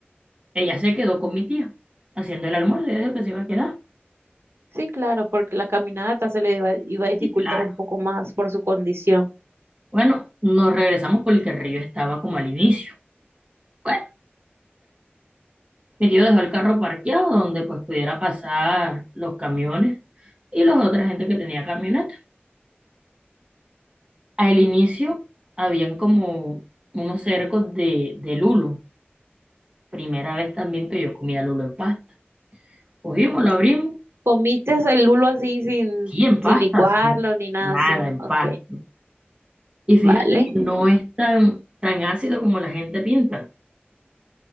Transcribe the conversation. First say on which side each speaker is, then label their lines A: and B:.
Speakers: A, on the right (about 30°); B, on the right (about 85°).
A: ella se quedó con mi tía, haciendo el almuerzo, ella dijo que se iba a quedar.
B: Sí, claro, porque la caminata se le iba, iba a dificultar
A: Y claro,
B: un poco más por su condición.
A: bueno, nos regresamos porque el río estaba como al inicio. Bueno, Mi tío dejó el carro parqueado donde pues pudiera pasar los camiones y la otra gente que tenía camioneta. Al inicio habían como unos cercos de, de lulo. Primera vez también que yo comía lulo en pasta. Cogimos, lo abrimos,
B: ¿Comiste el lulo así sin,
A: sí, en pasta,
B: sin licuarlo
A: sí,
B: ni nada
A: nada
B: así?
A: en
B: Ok,
A: pasta. Y fíjate
B: vale.
A: que no es tan, tan ácido como la gente pinta.